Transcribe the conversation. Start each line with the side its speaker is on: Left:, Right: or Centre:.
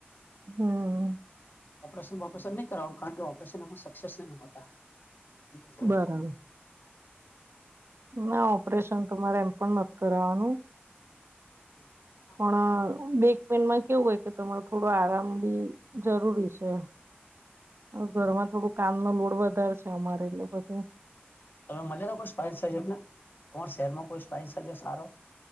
Right: હા.
Left: ઓપરેશન બોપરેશન ની કરાવ કારણ કે ઓપરેશન એમાં સક્સેસ નહી હોતા. એની અંદર
Right: બરાબર. ના ઓપરેશન તો મારે એમ પણ નથ કરવવાનું.
Left: <inaudible>
Right: પણ બેક પેનમાં કેવું હોય કે તમારે થોડો આરામ બી જરૂરી છે. ઘરમાં થોડું કામ નો લોડ વધારે છે અમારે એટલે પછી
Left: તમે મળ્યા હતા કોઈ સ્પાઈન સર્જર ને તમારા શહેરમાં કોઈ સ્પાઈન સર્જર સારો